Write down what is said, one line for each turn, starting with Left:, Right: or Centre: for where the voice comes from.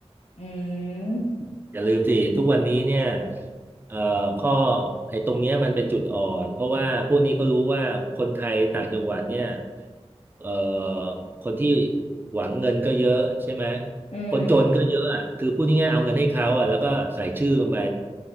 Left: อืม
Right: อย่าลืมสิทุกวันนี้เนี่ยเอ่อข้อไอ้ตรงเนี้ยมันเป็นจุดอ่อนเพราะว่าพวกนี้ก็รู้ว่าคนไทยต่างจังหวัดเนี่ยเอ่อคนที่หวังเงินก็เยอะใช่ไหม
Left: อืม
Right: คนจนก็เยอะอ่ะคือพูดง่ายๆเอาเงินให้เขาอ่ะแล้วก็ใส่ชื่อลงไป